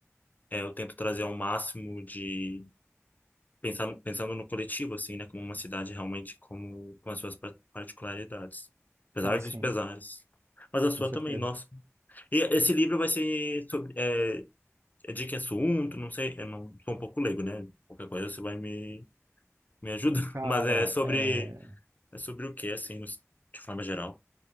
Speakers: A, on the left; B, on the right.
A: é, eu tento trazer ao máximo de pensar no- pensando no coletivo assim, né, como uma cidade realmente como com as suas par- particularidades, apesar
B: Ah, sim,
A: dos pesares. Mas a sua
B: com certeza.
A: também, nossa. E esse livro vai ser sobre é, é de que assunto? Não sei, eu não sou um pouco leigo, né? Qualquer coisa você vai me me ajuda, <laughs>
B: Cara,
A: mas é sobre
B: é,
A: é sobre o que assim, no- de forma geral.